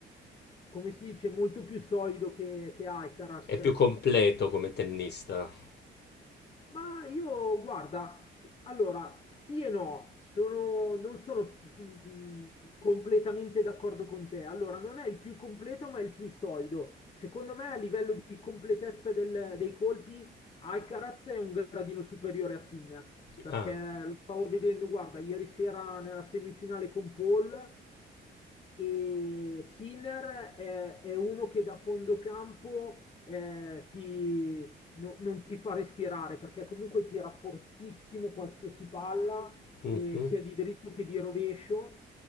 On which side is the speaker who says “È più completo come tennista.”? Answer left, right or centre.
Left